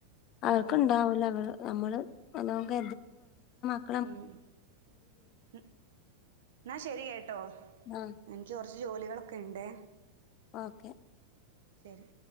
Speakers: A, on the left; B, on the right.
A: അവർക്ക്ണ്ടാവൂല
B: അപ്പം
A: അവർ നമ്മള് നമുക്ക <unintelligible>
B: ഉം എന്നാ ശരി കേട്ടോ
A: ആഹ്
B: എനിക്ക് കുറച്ച് ജോലികളൊക്കെ ഉണ്ടേ
A: ഓക്കെ
B: ശരി